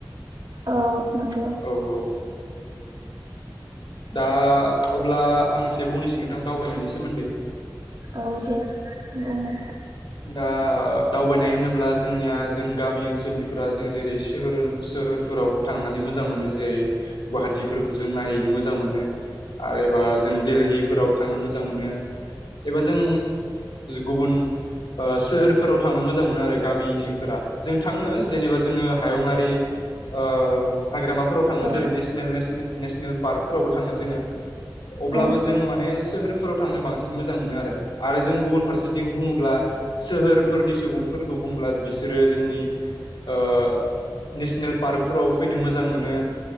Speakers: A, on the right; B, on the left.
A: औ नोंगौ
B: औ औ दा अब्ला आं एसे बुंनोसै नोंथां दावबायनायनि सोमोन्दै।
A: औ दे बुं नोंथां।
B: दा दावबायनाय होनोब्ला जोंनियाज। जों गामि ओनसोलनिफोरा जों जेरै सोहोरहोन सोहोरफोराव थांनानै मोजां मोनो जेरै गुवाहाट। खुथिफोरखौ जों नायहैनो मोजां मोनो। आरो एबा
A: नोंथां
B: जों दिल्लीफोराव थांनो मोजां मोनो एबा जों। गुबुन सोहोरफोराव थांनो मोजां मोनो आरो गामिनिफोरा जों थांङो। जेनेबा जोंङो हायुंङआारि ओ हाग्रामाफोराव थांङो जेरै
A: औ
B: नेसनेल नेसनेल। नेसनेल पार्कफोरावबो थांङो जोंङो अब्लाबो
A: औ
B: जों माने सोहोर। फोराव थांनो बांसिन मोजां मोनो आरो जों गुबुन फारसेथिं बुंङोब्ला। सोहोरफोरनि सुबुंफोरखौ बुंब्ला बिसोरो जोंनि ओ। नेसनेल पार्कफोराव फैनो मोजां मोनो।